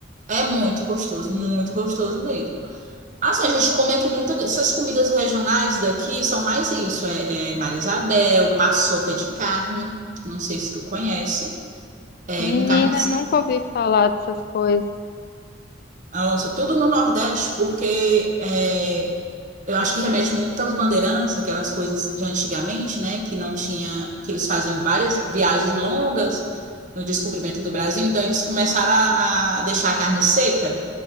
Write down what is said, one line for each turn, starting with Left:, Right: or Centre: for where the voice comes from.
Right: É muito gostoso, muito gostoso mesmo. Assim, a gente come aqui muitas Essas comidas regionais daqui são mais isso. É, é Maria Isabel, paçoca de carne. Não sei se tu conhece. É,
Left: Menina,
Right: com carne seca.
Left: eu nunca ouvi falar dessas coisas.
Right: Nossa, tudo no Nordeste, porque é, eu acho que remete muito aos bandeirantes, aquelas coisas de antigamente, né? Que não tinha, que eles faziam várias viagens longas no descobrimento do Brasil, então eles começaram a, a deixar a carne seca.